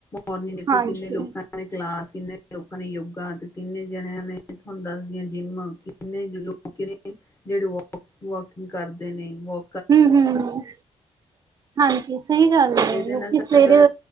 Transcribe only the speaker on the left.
ਮੋਰਨਿੰਗ ਦੇਖੋ
ਕਿੰਨੇ ਲੋਕਾਂ <unintelligible> ਕਲਾਸ ਕਿੰਨੇ ਲੋਕਾਂ ਨੇ ਯੋਗਾ ਤੇ ਕਿੰਨੇ ਜਣਿਆਂ ਨੇ ਤੁਹਾਨੂੰ ਦੱਸਦੀਆਂ ਜਿੰਮ, ਕਿੰਨੇ ਲੋਕ ਨੇ ਜੇੜੇ ਵੋਕ ਵੋਕਿੰਗ ਕਰਦੇ ਨੇ ਵੋ
ਇਹਦੇ
ਨਾਲ ਸਾਡਾ